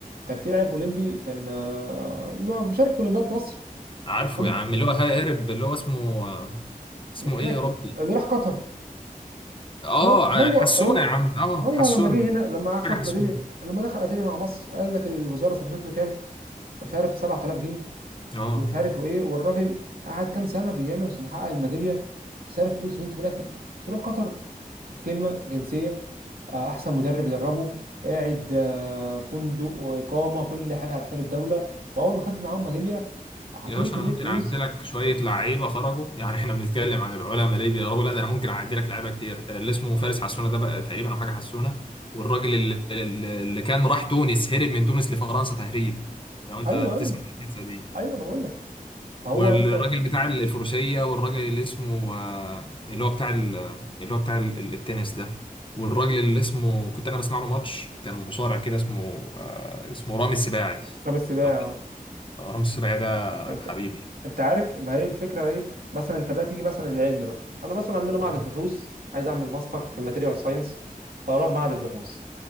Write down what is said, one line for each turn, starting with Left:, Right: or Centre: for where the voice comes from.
Right: كان في لاعب اولمبي كان آه، ما بيشارك في اولمبياد مصر
Left: عارفه
Right: أم-
Left: يا عم اللي هو هارب اللي هو اسمه اسمه
Right: مش فاكر
Left: ايه يا ربي
Right: اللي راح قطر
Left: اه
Right: هو
Left: ع-
Right: هو
Left: حسونة
Right: هو
Left: يا عم اه
Right: هو
Left: حسونة
Right: لما جه هنا لما اخد
Left: حاجة حسونة
Right: بديل لما دخل اديلي مع مصر قال لك الوزاره صرفت له كام؟ مش عارف 7000 جنيه
Left: اه
Right: ومش عارف ايه والراجل قعد كام سنه بيعمل عشان يحقق الميداليه فصرف فلوس عشان انت في الاخر تروح قطر في كلمه جنسيه آه، احسن مدرب يدربه قاعد آه، فندق واقامه كل حاجه على حساب الدوله واول ما خد معاهم ميداليه حطوا
Left: يا باشا
Right: له كميه
Left: انا ممكن
Right: فلوس
Left: اعدي لك شويه لعيبه خرجوا يعني احنا بنتكلم عن العلماء ليه بيقربوا لا ده انا ممكن اعدي لك لعيبه كتير اللي اسمه فارس حسونه ده بقى تقريبا او حاجه حسونه والراجل اللي, اللي اللي كان راح تونس هرب من تونس لفرنسا تهريب لو انت
Right: ايوه ايوه
Left: تسمع القصه دي
Right: ايوه انا بقول لك فهو
Left: والراجل
Right: انت
Left: بتاع الفروسية والراجل اللي اسمه آه، اللي هو بتاع ال- اللي هو بتاع ال- التنس ده والراجل اللي اسمه كنت انا بسمع له ماتش كان مصارع كده اسمه آه، اسمه رامي السباعي
Right: طب السباع
Left: أو- رامي السباعي ده
Right: انت
Left: حبيبي
Right: انت عارف ما هي الفكره ايه مثلا انت بقى تيجي مثلا للعلم بقى انا مثلا عندنا معهد
Left: يعني
Right: البحوث عايز اعمل ماستر في ماتيريال ساينس فاروح معهد البحوث